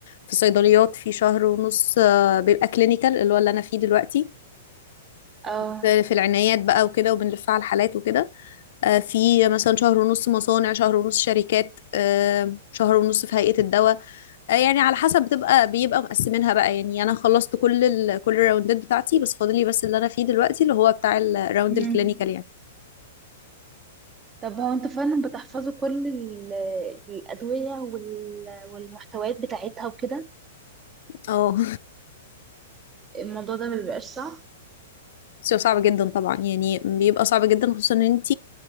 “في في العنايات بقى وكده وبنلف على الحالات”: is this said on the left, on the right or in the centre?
Left